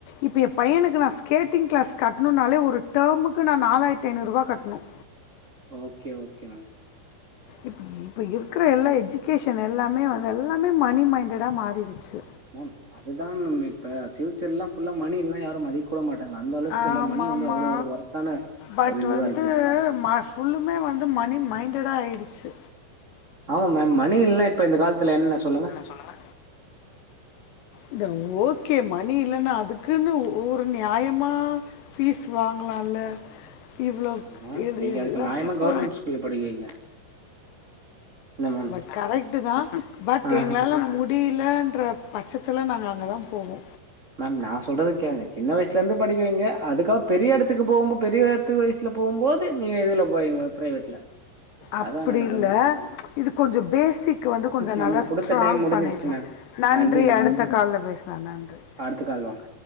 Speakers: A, on the left; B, on the right.
A: இப்ப என் பையனுக்கு நான் ஸ்கேட்டிங் கிளாஸ் கட்டணும்னாலே ஒரு டெர்முக்கு நான் நாலாயிரத்து ஐநூறு ரூவா கட்ணும்
B: ஓகே ஓகே மேம்
A: இப்ப இப்ப இருக்கற எல்லா எஜ்கேஷன் எல்லாமே வந்து எல்லாமே மணி மைண்ட்டடா மாறிருச்சு
B: மேம் அதுதான் மேம் இப்ப ஃபியூச்சர்ல்லாம் ஃபுல்லா மணி இல்லனா யாரும் மதி கூட மாட்டாங்க அந்த அளவுக்கு
A: ஆமாம்மா
B: எல்லாம் மணி வந்து அவ்ளோ ஒரு ஒருத்தான
A: பட்
B: ஒரு இதுவா
A: வந்து
B: இருக்கு
A: ம ஃபுல்லுமே வந்து மணி மைண்ட்டடா ஆயிடுச்சு
B: ஆமா மேம் மணி இல்லனா இப்ப இந்த கால்த்துல என்னன்ன சொல்லுங்க
A: சொல்லுங்க இந்த ஓகே மணி இல்லன்னா அதுக்குன்னு ஓர் நியாயமா பீஸ் வாங்கலால்ல இவ்ளோக்
B: ஆமா
A: இது
B: நீங்க
A: இது
B: அதுக்கு
A: எல்லாத்துக்கு
B: நியாயமா கவர்மெண்ட் ஸ்கூல்ல படிக்க வைங்க என்ன மேம்
A: பட் கரெக்ட் தா பட்
B: ஆஹ
A: எங்ளால முடிலன்ற பச்சத்துல நாங்க அங்கதா போவோ
B: மேம் நா சொல்றத கேளுங்க சின்ன வயசுலருந்து படிக்க வைங்க அதுக்காவ் பெரியெடத்துக்கு போம்பு பெரிய பத்து வயசுல போம்போது நீங்க இதுல போவிங்க பிரைவேட்ல
A: அப்படி
B: அதா நடக்கு
A: இல்லை
B: இனி
A: இது கொஞ்சோ பேசிக் வந்து கொஞ்சோ
B: நம்மளுக்கு
A: நல்லா
B: குடுத்த
A: ஸ்ட்ராங்
B: டைம் முடிஞ்சிருச்சு
A: பண்ணிர்லா
B: மேம்
A: நன்றி
B: மேம்
A: அடுத்த கால்ல பேசலா நன்றி
B: அடுத்த கால் வாங்க